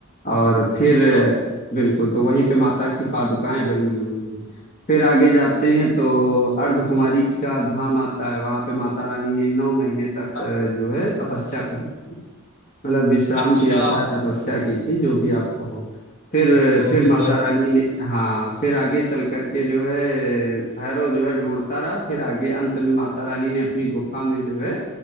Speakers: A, on the left; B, on the left.
A: और फिर
B: हाँ
A: बिल्कुल तो वहीं पे माता की पादुकाएं बनी हुई हैं फिर आगे जाते हैं तो अर्धकुमारी का धाम आता है वहां पे माता रानी ने नौ महीने तक
B: अ-
A: अ, जो है तपस्या करी मतलब विश्राम
B: अच्छा
A: किया था तपस्या की थी जो भी आपको हो फिर
B: तो
A: फिर
B: ये
A: माता
B: तो अच्छी
A: रानी
B: जगह
A: ने हाँ फिर आगे चल करके जो है भैरव जो है ढूंढता रहा फिर आगे अंत में माता रानी ने अपनी
B: पे,
A: गुफा में जो है